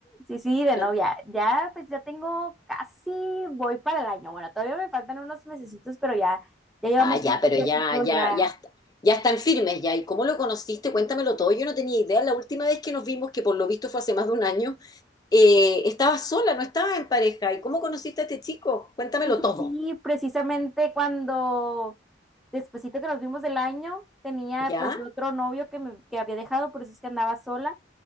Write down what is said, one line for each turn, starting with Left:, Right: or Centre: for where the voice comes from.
Centre: Sí, sí, de
Left: No-
Centre: novia. Ya, pues ya tengo casi, voy para el año. Bueno, todavía me faltan unos mesecitos, pero ya, ya llevamos
Left: Ah, ya,
Centre: un tiempecito
Left: pero ya, ya,
Centre: ya.
Left: ya, está- ya están firmes ya. ¿Y cómo lo conociste? Cuéntamelo todo. Yo no tenía idea. La última vez que nos vimos, que por lo visto fue hace más de un año, eh, estabas sola, no estabas en pareja. ¿Y cómo conociste a este chico? Cuéntamelo
Centre: Sí,
Left: todo.
Centre: sí, sí, precisamente cuando, despuesito que nos vimos del año, tenía
Left: ¿Ya?
Centre: pues yo otro novio que me que había dejado, por eso es que andaba sola.